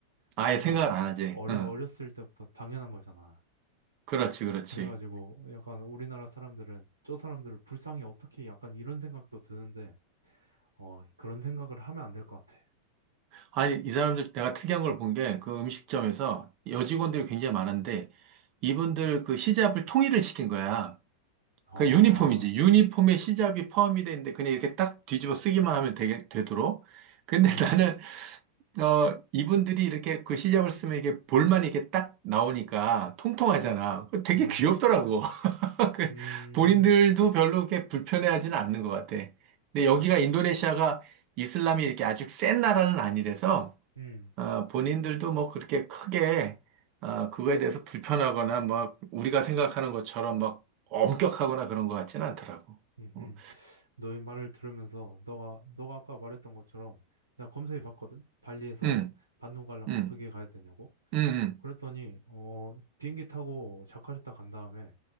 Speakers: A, on the right; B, on the right.
A: 아예
B: 왜냐면
A: 생각을 안 하지.
B: 어려,
A: 어,
B: 어렸을 때부터 당연한 거잖아.
A: 그렇지, 그렇지.
B: 그래가지고 약간 우리나라 사람들은 저 사람들을 불쌍히 어떻게 약간 이런 생각도 드는데, 어, 그런 생각을 하면 안 될 것 같아.
A: 아니, 이 사람들 내가 특이한 걸 본 게, 그 음식점에서 여직원들이 굉장히 많은데, 이분들 그 히잡을 통일을 시킨 거야.
B: 아,
A: 그 유니폼이지. 유니폼에 시잡이 포함이 되는데 그냥 이렇게 딱 뒤집어 쓰기만 하면 되게, 되도록. 근데
B: 음,
A: <laughs> 나는 어 이분들이 이렇게 그 시잡을 쓰면 이게 볼만 이렇게 딱 나오니까 통통하잖아. 그 되게
B: 음,
A: 귀엽더라고. <laughs> 그
B: 음,
A: 본인들도 별로 그렇게 불편해하지는 않는 것 같아. 근데 여기가
B: 아,
A: 인도네시아가 이슬람이 이렇게 아주 센 나라는 아니라서
B: 음,
A: 아, 본인들도 뭐 그렇게 크게 아, 그거에 대해서 불편하거나 막 우리가 생각하는 것처럼 막 엄격하거나 그런 것 같지는 않더라고.
B: 음,
A: 어,
B: 음. 너의 말을 들으면서 너가 너가 아까 말했던 것처럼 나 검색해 봤거든. 발리에서
A: 음,
B: 반도 가려면
A: 음,
B: 어떻게 가야 되냐고.
A: 음, 음,
B: 그랬더니 어 비행기 타고 자카르타 간 다음에